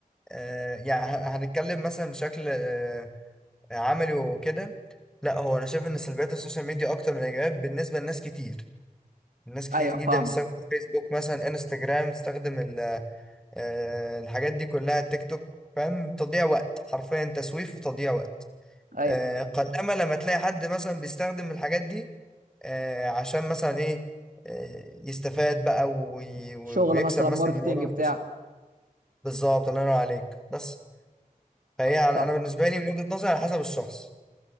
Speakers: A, in the centre; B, on the right (about 70°).
A: آه، يعني ه- هنتكلم مثلا بشكل آه، عملي وكده لا هو انا شايف ان سلبيات السوشيال ميديا اكتر من الايجابيات بالنسبه لناس كتير ناس كتير
B: ايوه
A: جدا
B: فاهمك
A: بتستخدم فيسبوك مثلا انستجرام تستخدم ال- آه، الحاجات دي كلها تيك توك فاهم تضييع وقت حرفيا تسويف وتضييع وقت
B: ايوه
A: آه، قلما لما تلاقي حد مثلا بيستخدم الحاجات دي آه، عشان مثلا ايه آه، يستفاد بقى وي- ويكسب
B: شغل مثلا
A: مثلا
B: ماركتينج
A: من وراها
B: بتاع
A: فلوس بالظبط الله ينور عليك بس فهي على-
B: صح
A: انا بالنسبه لي من وجهه نظري على حسب الشخص